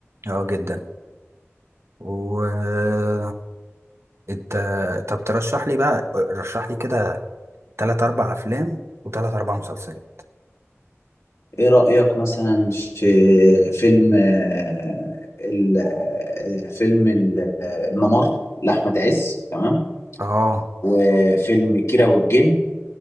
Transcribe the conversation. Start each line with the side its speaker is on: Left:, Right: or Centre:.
Right: اه جدا و انت طب ترشح لي بقى رشح لي كده تلات اربع افلام وتلات اربع مسلسلات
Left: ايه رأيك مثلا في فيلم آه، ال- آه، فيلم ال- آه، الممر لأحمد عز تمام
Right: اه
Left: وفيلم كيرة والجن